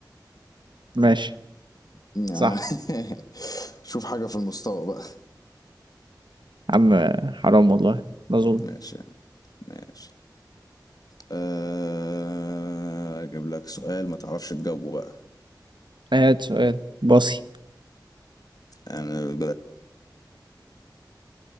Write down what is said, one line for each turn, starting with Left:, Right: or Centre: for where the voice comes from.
Right: ماشي
Left: <laughs>
Right: صح
Left: شوف حاجة في المستوى بقى
Right: عم آه، حرام والله ما اظن
Left: ماشي يا عم ماشي أه... اجيب لك سؤال ما تعرفش تجاوبه بقى
Right: هات سؤال باصي
Left: انا